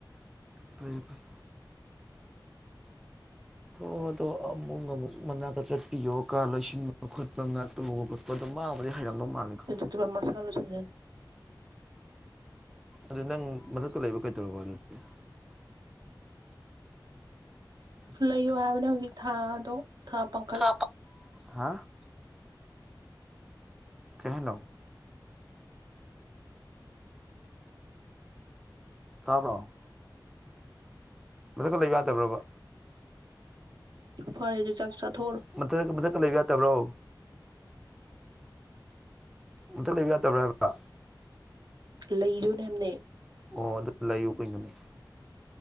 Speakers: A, in the centre; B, on the right (about 60°).
A: ꯐꯩꯌꯦ ꯐꯩꯌꯦ ꯑꯣ ꯑꯗꯣ ꯑꯃꯨꯛ ꯑꯃꯨꯛ ꯃꯅꯥꯛꯇ ꯆꯠꯄꯤꯌꯣ ꯀꯥ ꯂꯣꯏꯁꯤꯟꯕ ꯈꯣꯠꯄ ꯉꯥꯛ ꯇꯨ ꯈꯣꯠ <inaudible> ꯄꯗꯣ ꯃꯥꯡꯕꯨꯗꯤ ꯍꯩꯔꯝꯗꯧ ꯃꯥꯜꯂꯤꯗꯣ
B: ꯆꯥꯠꯂꯣ ꯃꯁꯥꯅ ꯂꯣꯢꯖꯤꯟꯆꯅꯤ
A: ꯑꯗꯨ ꯅꯪ ꯃꯊꯛ ꯂꯩꯕ ꯀꯩꯗꯧꯔꯕ ꯑꯗꯨꯗꯤ
B: ꯂꯩꯌꯣ ꯍꯥꯏꯕꯅꯦ ꯍꯧꯖꯤꯛ ꯊꯥꯗꯣ ꯊꯥ ꯄꯥꯡꯈꯠꯂ
A: <unintelligible> ꯍꯥ ꯀꯩꯍꯥꯏꯅꯣ ꯇꯥꯕ꯭ꯔꯣ ꯃꯊꯛꯇ ꯂꯩꯕ ꯌꯥꯗꯕ꯭ꯔꯕ
B: ꯐꯔꯦꯗꯤ ꯆꯥꯛ ꯆꯥꯊꯣꯛꯎꯔꯣ
A: ꯃꯊꯛ ꯃꯊꯛꯇ ꯂꯩꯕ ꯌꯥꯗꯕ꯭ꯔꯣ ꯃꯊꯛ ꯂꯩꯕ ꯌꯥꯗꯕ꯭ꯔꯥ ꯍꯥꯏꯕ
B: ꯂꯩꯖꯨꯅꯦ ꯍꯥꯏꯝꯅꯦ
A: ꯑꯣ ꯑꯗꯨ ꯂꯩꯥꯎ ꯀꯩꯅꯣꯅꯦ